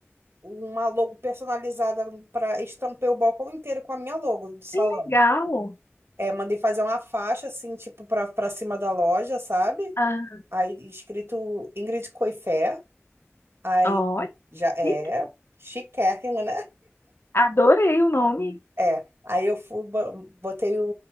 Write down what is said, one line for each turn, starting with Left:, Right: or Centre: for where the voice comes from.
Right: uma logo personalizada para estampar o balcão inteiro com a minha logo do salão.
Left: Que legal.
Right: É, mandei fazer uma faixa, assim, tipo, pra, pra cima da loja, sabe?
Left: Ah,
Right: Aí, escrito Ingrid Coifé. Aí,
Left: Ó,
Right: já é
Left: que,
Right: chiquérrimo, né?
Left: adorei o nome.
Right: É. Aí eu fui, bo- botei o,